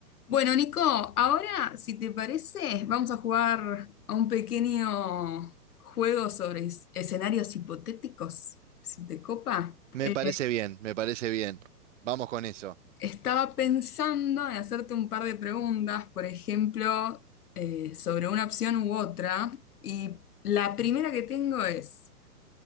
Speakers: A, on the left; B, on the right.
A: Bueno, Nico, ahora, si te parece, vamos a jugar a un pequeño juego sobre es- escenarios hipotéticos, si te copa.
B: Me
A: Eh,
B: parece bien, me parece bien. Vamos con eso.
A: estaba pensando en hacerte un par de preguntas, por ejemplo, eh, sobre una opción u otra, y la primera que tengo es,